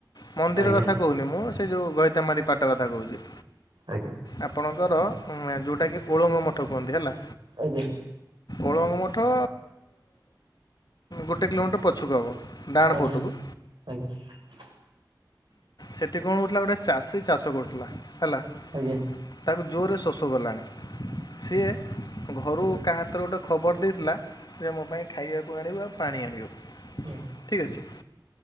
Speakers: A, on the left (about 60°); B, on the right (about 80°).
A: ମନ୍ଦିର
B: ଆଜ୍ଞା
A: କଥା କହୁନି ମୁଁ ସେ ଯେଉଁ ଘଇତାମାରି ପାଟ କଥା କହୁଛି।
B: ଆଜ୍ଞା।
A: ଆପଣଙ୍କର ଯୋଉଟାକି ଓଳଙ୍ଗ ମଠ କୁହନ୍ତି ହେଲା।
B: ଆଜ୍ଞା।
A: ଓଳଙ୍ଗ ମଠ ଗୋଟେ କିଲୋମିଟର ପଛକୁ ହବ। ଡାହାଣ
B: ଆଜ୍ଞା।
A: ପଟକୁ
B: ଆଜ୍ଞା।
A: ସେଠି କଣ ହେଉଥିଲା ଗୋଟେ ଚାଷୀ ଚାଷ କରୁଥିଲା ହେଲା
B: ଆଜ୍ଞା।
A: ତାକୁ ଜୋରରେ ଶୋଷ କଲାଣି। ସିଏ ଘରୁ କାହା ହାତରେ ଗୋଟେ ଖବର ଦେଇଥିଲା ଯେ ମୋ ପାଇଁ ଖାଇବାକୁ ଆଣିବୁ ଆଉ ପାଣି ଆଣିବୁ।
B: ହୁଁ।
A: ଠିକ୍ ଅଛି।